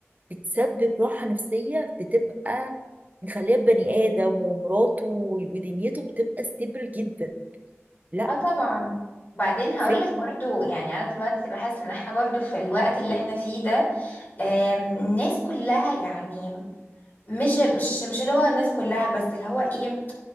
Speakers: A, on the right; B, on the left.
A: بتسبب راحة نفسية بتبقى مخليه بني آدم ومراته ودنيته بتبقى ستيبل جدا لا
B: اه طبعا بعدين هقولك
A: فك
B: برضو يعني أنا دلوقتي بحس إن احنا برضو في الوقت اللي احنا فيه ده آم، الناس كلها يعني مش مش مش اللي هو الناس كلها بس اللي هو ايه